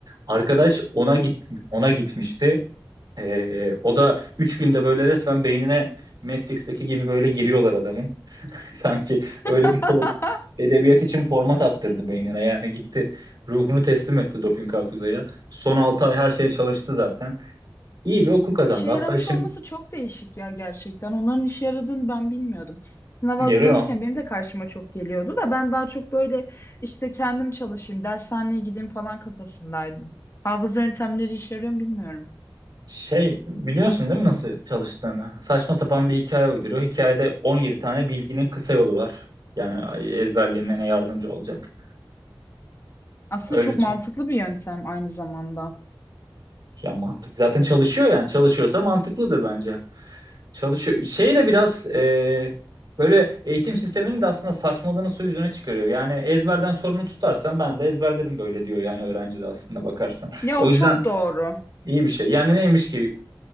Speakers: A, on the right; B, on the left.
A: Arkadaş ona git ona gitmişti. E, o da 3 günde böyle resmen beynine Matrix'teki gibi böyle giriyorlar adamın. Sanki öyle
B: <laughs>
A: bir for- edebiyat için format attırdı beynine. Yani gitti ruhunu teslim etti doping hafızaya. Son 6 ay her şeye çalıştı zaten. İyi bir okul kazandı.
B: işe yaramış
A: Hatta şimdi
B: olması çok değişik ya gerçekten. Onların işe yaradığını ben bilmiyordum. Sınava
A: yarıyor.
B: hazırlanırken benim de karşıma çok geliyordu da ben daha çok böyle işte kendim çalışayım, dershaneye gideyim falan kafasındaydım. Hafıza yöntemleri işe yarıyor mu bilmiyorum.
A: Şey biliyorsun değil mi nasıl çalıştığını? Saçma sapan bir hikaye uyduruyor. Hikayede 17 tane bilginin kısa yolu var. Yani ezberlemene yardımcı olacak.
B: Aslında
A: Öylece.
B: çok mantıklı bir yöntem aynı zamanda.
A: Ya mantık. Zaten çalışıyor yani. Çalışıyorsa mantıklıdır bence. Çalışıyor. Şey de biraz e, böyle eğitim sisteminin de aslında saçmalığını su yüzüne çıkarıyor. Yani ezberden sorumlu tutarsan ben de ezberlerim böyle diyor yani öğrenci de aslında bakarsan.
B: Ya
A: O
B: o
A: yüzden
B: çok doğru.
A: iyi bir şey. Yani neymiş ki